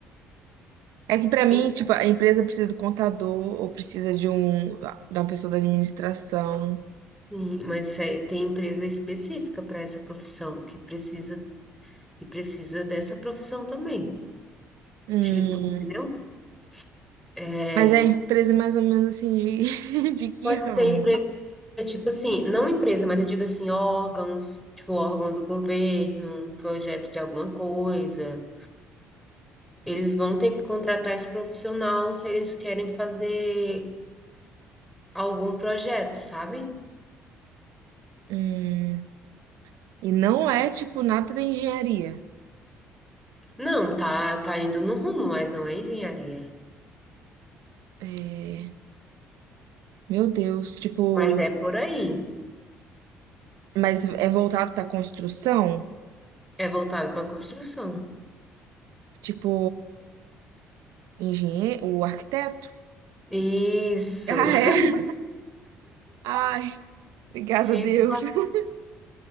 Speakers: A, on the right (about 70°); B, in the centre.
A: É que pra mim,
B: E-
A: tipo, a empresa precisa do contador ou precisa de um da uma pessoa da administração.
B: Sim, mas é- tem empresa específica para essa profissão que precisa que precisa dessa profissão também.
A: Hum,
B: Tipo, entendeu? É,
A: mas é a empresa é mais ou menos assim de, <laughs> de que
B: pode
A: ramo?
B: ser empresa, tipo assim, não empresa, mas eu digo assim, órgãos, tipo órgão do governo, um projeto de alguma coisa. Eles vão ter que contratar esse profissional se eles querem fazer algum projeto, sabe?
A: Hum, e não é tipo nada da engenharia.
B: Não, tá, tá indo no rumo, mas não é engenharia.
A: É, meu Deus, tipo,
B: Mas é por aí.
A: mas é voltado pra construção?
B: É voltado para construção.
A: Tipo, engenheiro, o arquiteto? <laughs>
B: Isso.
A: Ah,
B: <laughs>
A: é. Ai, obrigada
B: Tipo,
A: a Deus. <laughs>